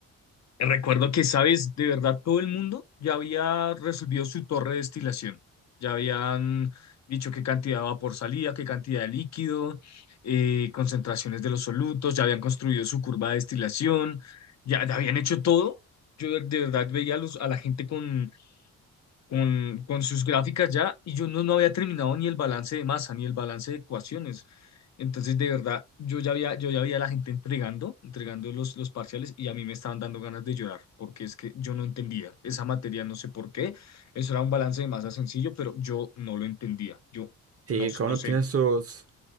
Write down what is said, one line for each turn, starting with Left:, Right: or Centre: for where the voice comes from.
Left: recuerdo que, sabes, de verdad todo el mundo ya había resolvido su torre de destilación. Ya habían dicho qué cantidad de vapor salía, qué cantidad de líquido, eh, concentraciones de los solutos, ya habían construido su curva de destilación, ya, ya habían hecho todo. Yo de de verdad veía a, los, a la gente con con, con sus gráficas ya y yo no, no había terminado ni el balance de masa, ni el balance de ecuaciones. Entonces, de verdad, yo ya había, yo ya había a la gente entregando, entregando los, los parciales y a mí me estaban dando ganas de llorar, porque es que yo no entendía esa materia, no sé por qué. Eso era un balance de masa sencillo, pero yo no lo entendía. Yo
Right: Sí,
Left: no,
Right: cada
Left: no
Right: uno
Left: sé.
Right: tiene sus,